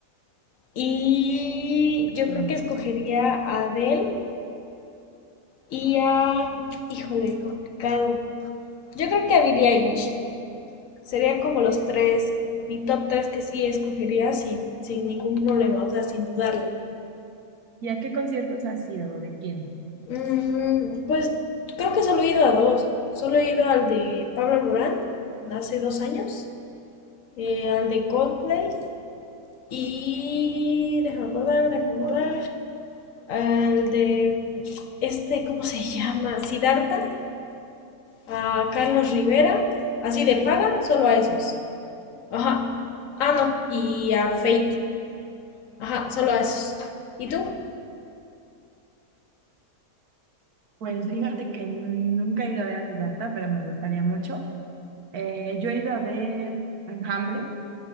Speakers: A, on the left; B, on the right.
A: Y yo
B: Sí.
A: creo que escogería a Adele y a... Híjole, complicado. Yo creo que a Billie Eilish. Serían como los tres, mi top tres que sí escogería sin, sin ningún problema, o sea, sin dudarlo.
B: ¿Y a qué conciertos has sido? o ¿De quién?
A: Mm, pues creo que solo he ido a dos. Solo he ido al de Pablo Alborán mm, hace dos años, eh, al de Coldplay y déjame acordar, déjame acordar, al de mm, este, ¿cómo se llama? Siddhartha, a Carlos Rivera, así de paga, solo a esos. Ajá. Ah, no, y a Fate. Ajá, solo a esos. ¿Y tú?
B: Pues fíjate que nunca he ido a ver a Siddhartha, pero me gustaría mucho. Eh, yo he ido a ver a Enjambre,